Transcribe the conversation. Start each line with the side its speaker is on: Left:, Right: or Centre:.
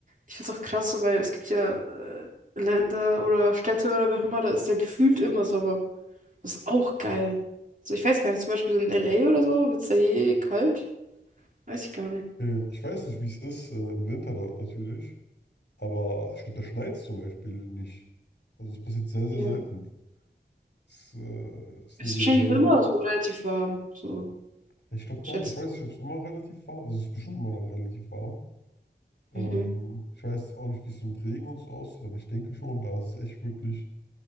Right: ich find's auch krass, so, weil es gibt ja äh, Länder oder Städte oder wer auch immer, da ist ja gefühlt immer Sommer. Das ist auch geil. So, ich weiß gar nicht, zum Beispiel so in L A oder so, wird es da je kalt? Weiß ich gar nicht.
Left: Äh, ich weiß nicht, wie es ist äh, im Winter dort natürlich, aber ich glaube, da schneit es zum Beispiel nicht. Also es passiert sehr, sehr
Right: Ja.
Left: selten. Es äh, ist
Right: Ist
Left: nicht
Right: wahrscheinlich
Left: generell,
Right: für immer so relativ warm, so
Left: ich glaube, da,
Right: schätze
Left: ich weiß
Right: ich.
Left: nicht, ob es immer relativ warm, also es ist bestimmt immer noch relativ warm. Ähm,
Right: Mhm.
Left: ich weiß auch nicht, wie es so mit Regen und so aussieht, aber ich denke schon, da ist es echt wirklich,